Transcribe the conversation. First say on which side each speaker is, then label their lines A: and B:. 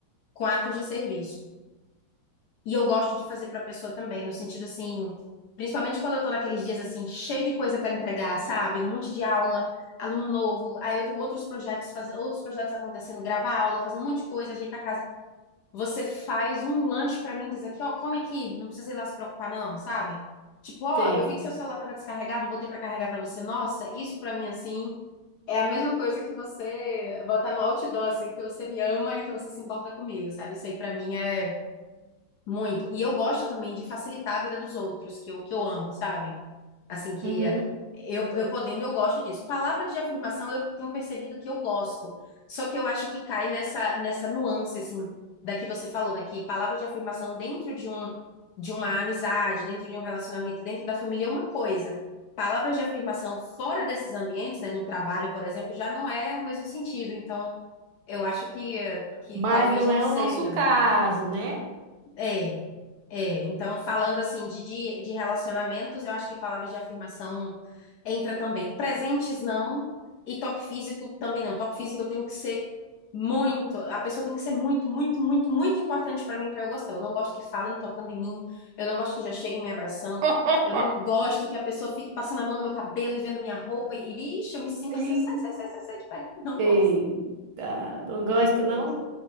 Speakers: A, on the left (about 70°); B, on the right (about 75°).
A: com atos de serviço. E eu gosto de fazer para pessoa também, no sentido assim, principalmente quando eu tô naqueles dias assim, cheio de coisa para entregar, sabe? Um monte de aula, aluno novo, aí eu tenho outros projetos, fazer outros projetos acontecendo, gravar aula, fazer um monte de coisa, ajeitar a casa. Você faz um lanche pra mim, e diz aqui, ó, come aqui, não precisa ir lá se preocupar não, sabe? Tipo, ó,
B: Sei.
A: eu vi que seu celular tava descarregado, botei pra carregar pra você. Nossa, isso pra mim assim é a mesma coisa que você botar no outdoor assim, que você me ama e que você se importa comigo, sabe? Isso aí pra mim é muito. E eu gosto também de facilitar a vida dos outros, que eu que eu amo, sabe? Assim que
B: Uhum.
A: eu, eu podendo, eu gosto disso. Palavras de afirmação eu tenho percebido que eu gosto. Só que eu acho que cai nessa, nessa nuance, assim, da que você falou, né? Que palavras de afirmação dentro de um, de uma amizade, dentro de um relacionamento, dentro da família é uma coisa. Palavras de afirmação fora desses ambientes, né? No trabalho, por exemplo, já não é o mesmo sentido. Então, eu acho que, eh, que
B: Mas
A: talvez
B: não
A: não
B: é
A: seja,
B: o nosso
A: né?
B: caso, né?
A: É. É, então, falando assim de, de, de relacionamentos, eu acho que palavras de afirmação entra também. Presentes não, e toque físico também não. Toque físico eu tenho que ser muito, a pessoa tem que ser muito, muito, muito, muito importante para mim para eu gostar. Eu não gosto que falem tocando em mim, eu não gosto que já cheguem me abraçando,
B: <laughs>
A: eu não gosto que a pessoa fique passando a mão no meu cabelo e vendo minha roupa e, e, ixi, eu me sinto assim,
B: Ih,
A: sai, sai, sai, sai, sai de perto. Não
B: Eita,
A: gosto,
B: não gosta,
A: não gosto.
B: não?